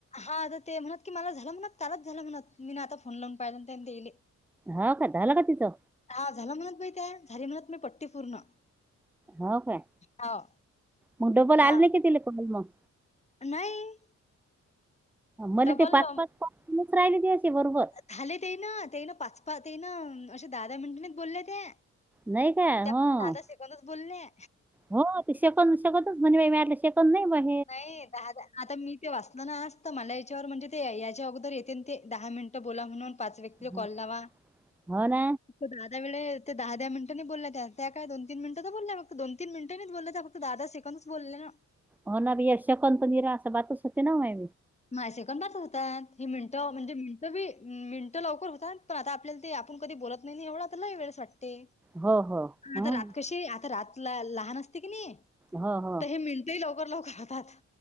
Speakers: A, on the left (about 20°); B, in the centre.
A: हा आता ते म्हणत की मला झालं म्हणत कालच झालं म्हणत मी ना आता फोन लावून पाहिल त्यांले
B: हा का झाला का तिचं?
A: हा झाला म्हणत बाई त्या, झाली म्हणत मी पट्टी पूर्ण. <unintelligible> <unintelligible>
B: हो काय?
A: हाव
B: म डबल आलं
A: हा
B: नाही की तिला कॉल मग.
A: नाही. <unintelligible> <unintelligible> <unintelligible>
B: मले
A: डबल
B: ते पाच पाच पाच राहिले ते तेचे बरुबर.
A: झाले ते ना ते ना पाचपा ते ना असे दहा दहा मिनटनी बो ले ते.
B: नाही का
A: त्या
B: हो
A: फक्त दादा शेकंदच च बोललें.
B: हो ते सेकंतच म्हणेण मा सेकंद नाही भं <unintelligible>
A: नाही दहा दा आता मी ते वाचतो. ना ना असत मला याच्यावर म्हणजे ते, याच्या अगोदर येते ते दहा मिनिटं बोला म्हणून. पाच व्यक्तीला,
B: हो
A: कॉल लावा.
B: हो ना
A: दहा दहा वेळे ते दहा दहा मिनटांनायित बोलल्यात त्या काय दोन तीन मिंट तर बोललाय फक् दोन तिन मिंट नई बोलय त्या दादा सेकंदच बोलल्या ना.
B: होणार यश कपंनी र असं, बातच होते नहोय,
A: माझ सेकं बारत होतात. ह मिनटं, म्हणजे मिनटं बी, मिनटं लवकर होतात. पण त आता आपल्याला ते आपण कधी बोलत नाही नं येवढ तरला वेळेस वाटते.
B: हो हो हं.
A: आता रात कशी आता रात तु ल ला लहान असते की, नाही
B: हो हो
A: तर हे मिणटं ही लवकर लवकर होतात.